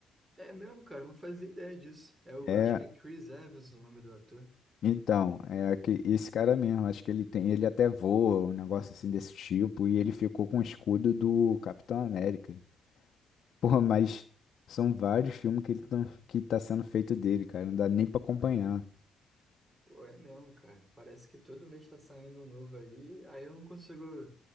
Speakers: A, on the right; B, on the left.
A: É mesmo, cara, não fazia ideia disso. É, o
B: É,
A: acho que é Chris Evans o nome do ator.
B: então, é que esse cara mesmo, acho que ele tem, ele até voa, um negócio assim desse tipo, e ele ficou com o escudo do Capitão América. Porra, mas são vários filmes que ele tão, que tá sendo feito dele, cara. Não dá nem pra acompanhar.
A: Pô, é mesmo, cara. Parece que todo mês tá saindo um novo aí, aí eu não consigo